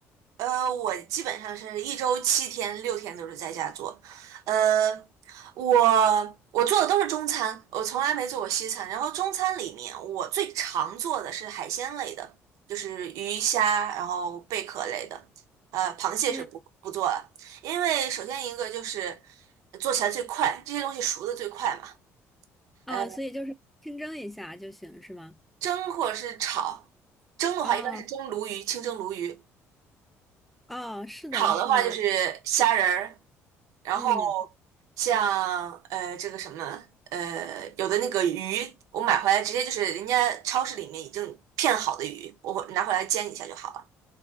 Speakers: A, on the right (about 75°); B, in the centre.
A: 呃，我基本上是一周七天，六天都是在家做。呃，我我做的都是中餐，我从来没做过西餐。然后中餐里面，我最常做的是海鲜类的，就是鱼虾，然后贝壳类的。呃，螃蟹是不不做了，
B: 嗯，
A: 因为首先一个就是做起来最快，这些东西熟的最快嘛。
B: 啊，
A: 呃，
B: 所以就是清蒸一下就行，是吗？
A: 蒸或者是炒，蒸的话一般是蒸鲈鱼，
B: 啊
A: 清蒸鲈鱼；
B: 啊，是的，
A: 炒的话就是虾仁儿。
B: 是的，
A: 然后
B: 嗯
A: 像呃这个什么呃有的那个鱼，我买回来直接就是人家超市里面已经片好的鱼，我会拿回来煎一下就好了。